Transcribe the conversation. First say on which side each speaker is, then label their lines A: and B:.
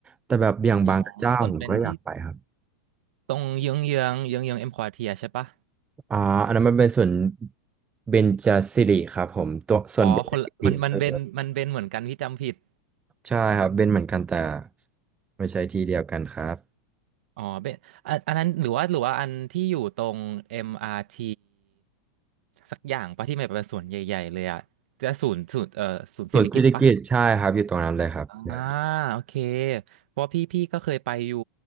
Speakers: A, on the right (about 15°); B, on the right (about 70°).
A: แต่แบบอย่างบางกระเจ้าผมก็อยากไปครับ
B: อ๋อส่วนเป็นที่ตรงเยื้องเยื้องเยื้องเยื้องเอ็มควอเทียใช่ปะ
A: อ่าอันนั้นมันเป็นสวนเบญจสิริครับผมตัวส่วนเบญจกิติเออ
B: อ๋อคนละมันมันเป็นมันเป็นเหมือนกันพี่จำผิด
A: ใช่ครับเป็นเหมือนกันแต่ไม่ใช่ที่เดียวกันครับ
B: อ๋อเป็นอันอันนั้นหรือว่าหรือว่าอันที่อยู่ตรง MRT สักอย่างปะที่มันเป็นสวนใหญ่ๆเลยอะจะศูนย์ศูนย์เอ่อศูนย์สิริกิติ์ปะ
A: สวนสิริกิติ์ใช่ครับอยู่ตรงนั้นเลยครับใช่
B: อ่าโอเคเพราะพี่พี่ก็เคยไปอยู่